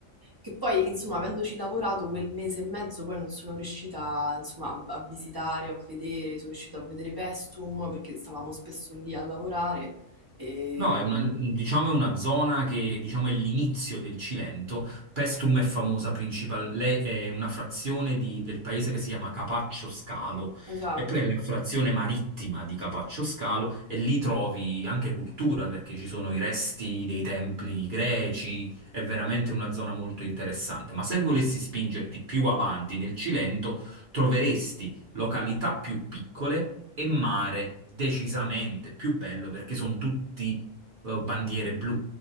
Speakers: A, on the right; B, on the right.
A: Che poi, insomma, avendoci lavorato quel mese e mezzo, poi non sono riuscita, insomma, a a visitare, a vedere, sono riuscita a vedere Pestum perché stavamo spesso lì a lavorare. Ehm,
B: No, è una, diciamo è una zona che diciamo, è l'inizio del Cilento. Pestum è famosa principalmente, è una frazione di- del paese che si chiama Capaccio Scalo,
A: esatto.
B: e poi è la frazione marittima di Capaccio Scalo, e lì trovi anche cultura perché ci sono i resti dei templi greci, è veramente una zona molto interessante. Ma se volessi spingerti più avanti nel Cilento, troveresti località più piccole e mare decisamente più bello perché sono tutti eh, bandiere blu